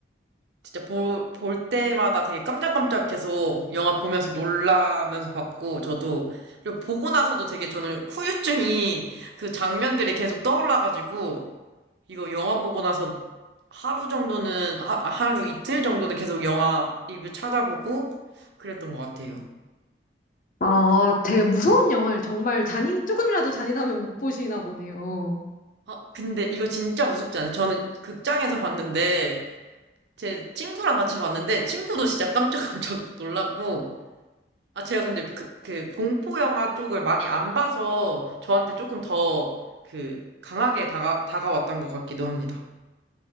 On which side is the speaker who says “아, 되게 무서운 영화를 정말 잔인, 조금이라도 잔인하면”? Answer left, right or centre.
Left